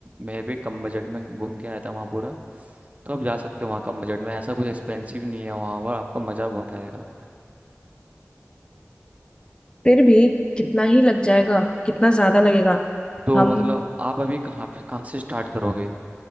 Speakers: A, on the right (about 30°); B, on the left (about 20°).
A: मैं भी कम बजट में घूम के आया था वहाँ पूरा तो आप जा सकते हो वहाँ कम बजट में ऐसा कुछ एक्सपेंसिव नहीं है वहाँ पर आपको मज़ा बहुत आएगा
B: फिर भी कितना ही लग जाएगा कितना ज्यादा लगेगा
A: तो
B: हम
A: मतलब आप अभी कहाँ पे कहाँ से स्टार्ट करोगे